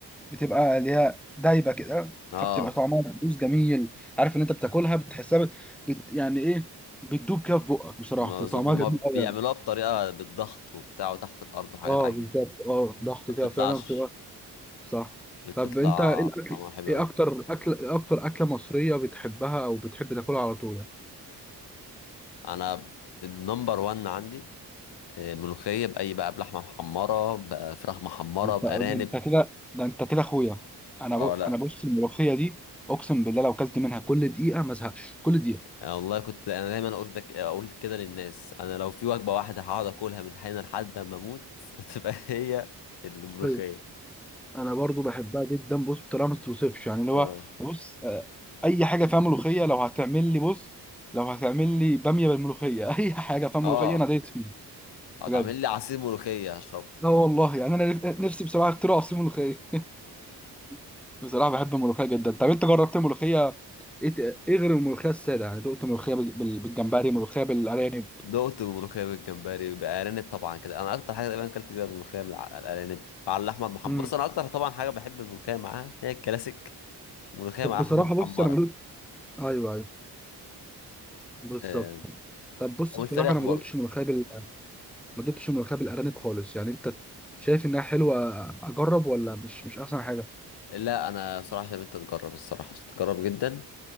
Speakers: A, in the centre; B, on the left.
A: بتبقى اللي هي دايبه كده
B: اه
A: فبتبقى طعمها مقبوس جميل عارف ان انت بتاكلها بتحسها بت... بت... يعني ايه بتدوب كده في بقك بصراحه
B: ما
A: بتبقى
B: بالظبط
A: طعمها
B: هما
A: جميل
B: بيعملوها
A: قوي
B: بطريقة بالضغط وبتاع وتحت الأرض وحاجات
A: اه
B: عجيبة
A: بالظبط اه ضغط
B: ما
A: كده
B: بتطلعش
A: فعلا بتبقى صح
B: بتطلع
A: طب انت ايه الأك-
B: طعمها حلو
A: إيه
B: أوي
A: اكتر اكل إيه اكتر اكله مصريه بتحبها او بتحب تاكلها على طول يعني؟
B: أنا النمبر وان عندي آه، ملوخية بأي بقى بلحمة محمرة بفراخ محمرة
A: انت
B: بأرانب
A: ده انت كده ده انت كده اخويا انا
B: اه
A: ب...
B: لا
A: انا بص الملوخيه دي اقسم بالله لو اكلت منها كل دقيقه ما ازهقش كل دقيقه
B: أنا والله كنت انا دايما اقول لك آه، اقول كده للناس انا لو في وجبه واحده هقعد اكلها من حين لحد ما اموت <laughs> تبقى هي الملوخيه
A: ايوه انا برضو بحبها جدا بص بطريقه ما تتوصفش يعني اللي
B: اه
A: هو بص آه، اي حاجه فيها ملوخيه لو هتعمل لي بص لو هتعمل لي باميه بالملوخيه <laughs> اي حاجه فيها ملوخيه
B: اه
A: انا دايت فيها
B: هتعمل
A: بجد
B: لي عصير ملوخيه هشربه
A: لا والله يعني انا نف- نفسي بصراحه اخترع عصير ملوخيه <laughs> بصراحه بحب الملوخيه جدا طب انت جربت ملوخيه ايه ت- ايه غير الملوخيه الساده يعني دقت ملوخيه بال- بال- بالجمبري ملوخيه بالارانب
B: دقت ملوخيه بالجمبري بارانب طبعا كده انا اكتر حاجه تقريبا اكلت بيها الملوخيه مع الارانب مع اللحمه المحمره
A: امم
B: بص انا اكتر طبعا حاجه بحب الملوخيه معاها هي الكلاسيك ملوخيه
A: طب
B: مع
A: بصراحه
B: لحمه محمره
A: بص انا ملوك <laughs> ايوه ايوه بالظبط
B: آه،
A: طب بص
B: والفراخ
A: بصراحه انا ما
B: برضه
A: دقتش ملوخيه بال... ما دقتش ملوخيه بالارانب خالص يعني انت شايف انها حلوه اجرب ولا مش مش احسن حاجه
B: لا انا صراحه شايف انت تجرب الصراحه تجرب جدا